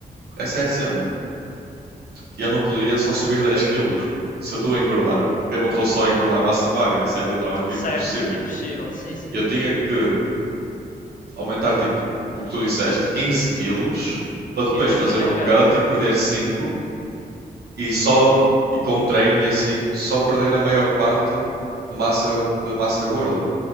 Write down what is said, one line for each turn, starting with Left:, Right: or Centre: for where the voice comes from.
Right: essa é a cena. Eu não podia só subir 10 quilos, porque se eu estou a engordar, eu não estou só a engordar massa magra. Isso é literalmente
Left: Certo,
Right: impossível.
Left: é impossível. Sim, sim.
Right: Eu tinha que aumentar, tipo, o que tu disseste, 15 quilos, para depois
Left: E depois
Right: fazer
Left: fazer
Right: um
Left: cut.
Right: cut e perder cinco
Left: Ah,
Right: e só. E com o treino e assim, só perder a maior parte de massa, de massa gorda.